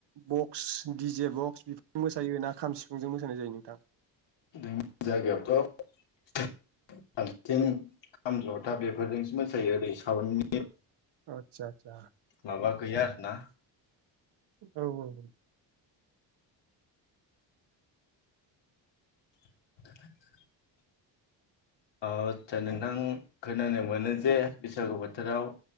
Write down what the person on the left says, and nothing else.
जोंनि जायगायावथ' बांसिन खाम जथा बेफोरजोंसो मोसायो ओरै साउन्डनि
माबा गैया आरो ना
<inaudible> ओ आदसा नोंथां खोनानो मोनो जे बैसागु बोथोराव